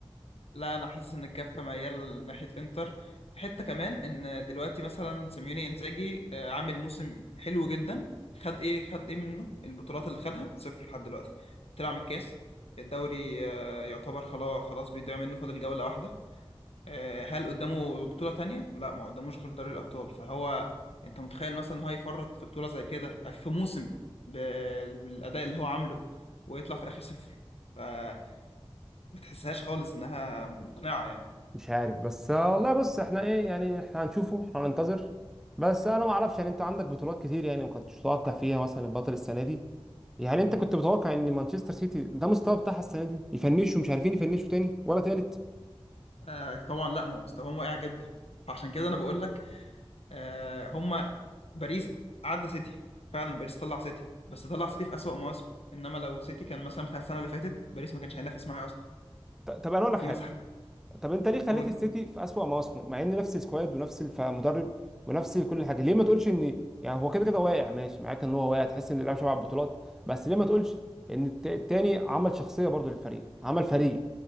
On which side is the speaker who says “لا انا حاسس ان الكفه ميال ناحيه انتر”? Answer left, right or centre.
Left